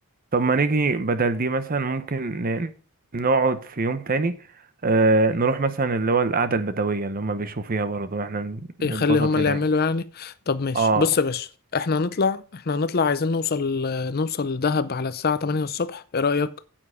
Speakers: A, on the right; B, on the left.
A: طب ما نيجي بدل دي مثلا ممكن ن- نقعد في يوم تاني آه نروح مثلا اللي هو القعدة البدوية اللي هم بيشوفوا فيها برضو احنا نتبسط
B: يخلي هما اللي
A: هناك
B: يعملوا يعني طب ماشي
A: اه
B: بص يا باشا احنا هنطلع احنا هنطلع عايزين نوصل نوصل دهب على الساعة 8 الصبح ايه رأيك